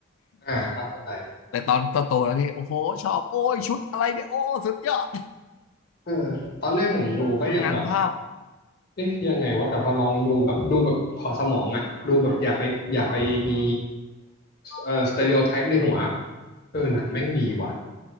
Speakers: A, on the left; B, on the left.
A: อ่าก็เข้าใจ
B: แต่ตอนโตๆแล้วนี่โอ้โหชอบโอ้ยชุดอะไรเนี่ยโอ้สุดยอด
A: เออตอนแรกผมดูก็ยังแบบ
B: งานภาพ
A: เอ๊ะยังไงวะแต่พอลองดูแบบดูแบบขอดสมองอะดูแบบอย่าไปอย่าไปมี เอ่อสเตอริโอไทป์ในหัวเออหนังแม่งดีว่ะ